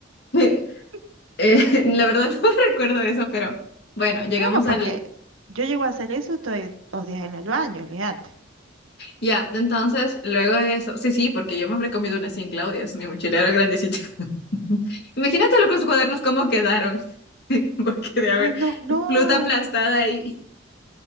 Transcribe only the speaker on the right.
<laughs>
Claro, porque
yo llego a hacer eso, estoy dos días en el baño, olvídate.
Ay, no, no,